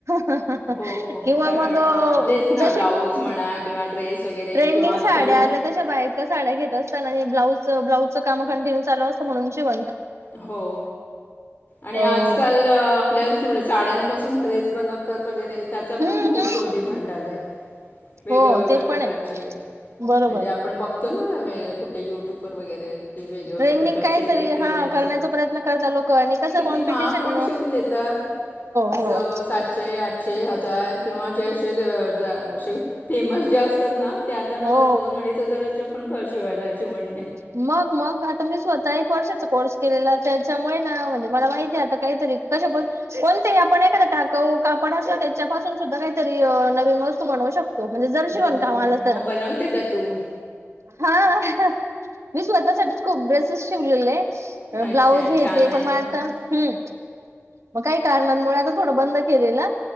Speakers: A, on the right; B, on the left.
A: हहह
B: हो
A: किंवा
B: कारण
A: मग
B: अं, तेच ना
A: जसे
B: ब्लाऊज म्हणा किंवा ड्रेस वगैरे
A: ट्रेंडिंग
B: किंवा आजकाल
A: साड्या आल्या तश्या बायका साड्या घेत असताना ब्लाउज ब्लाजचं काम कंटिन्यू ल असत म्हून जव
B: हो आणि
A: अ
B: आजकाल आपल्या साड्यांपासून ड्रेस बनवतात वगैरे त्याचा
A: हम्म
B: पण खूप
A: हम्म
B: डिमांड आलाय वेगळ्या
A: हो
B: वेगळ्या
A: ते
B: प्रकारचे
A: पण आहे बरोबर.
B: म्हणजे आपण बघ तो ना कुठे युट्यूबवर वगैरे की वेगवेगळ्या
A: ट्रेंडिंग
B: प्रकारचे
A: काहीतरी
B: एक एक डिझाईन
A: हा करण्याचा प्रयत्न करता लोक आणि कसं कॉम्पिटिशन
B: कि महाग पण
A: हो
B: शिवून देतातातश
A: हो
B: आठ हजार किंवा ज असे अस फेमस जे असतात ना त्या दार
A: हो
B: असं दोन अडीच हजाराचे पण खं शिवायला शिवण
A: मग मग आता मी स्वतः एक वर्षाचा कोर्स केलेला त्याच्यामुळे ना म्हणजे मला माहिती आहे आता काहीतरी कश कोणतही आपण एखाद टाका कापड अस ना त्याच्यापासून सुद्धा काहीतरी नवीन वस्तू बनवू शकतो हो म्हणजे जर शिवण
B: हो
A: कामाला
B: मग
A: तर
B: बनवते का तू
A: हा मी स्वतःसाठीच खूप ड्रेसेस शिवलेले
B: अच्छा
A: ब्लाऊज येते
B: छान आहे
A: पण म आता
B: मग
A: हम्म. मग काही कारणांमुळे आता थोडं बंद केलेलं